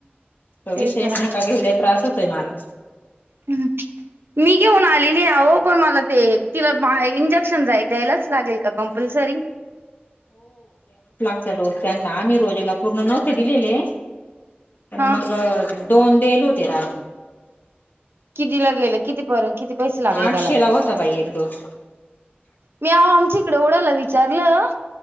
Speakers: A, on the left; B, on the right.
A: तो
B: तेच
A: विषयच
B: ना
A: नका घेऊ ल त्रास होतय मला.
B: हं मी घेऊन आलेली आहो, पण मला ते तिला बांग इंजेक्शन जाय द्यायलाच लागेल का कम्पल्सरी?
A: दोक्याना आम्ही रोजूला पूर्ण नव्हते दिलेले, पण
B: हा
A: मग दोन देयेल होते रा
B: किती लागलेलं, किती पर किती पैसे लागले
A: आठशे
B: त्याला?
A: ला होता बाई एक डोस
B: मी आओ आमची इकडं ओडाला विचारलं,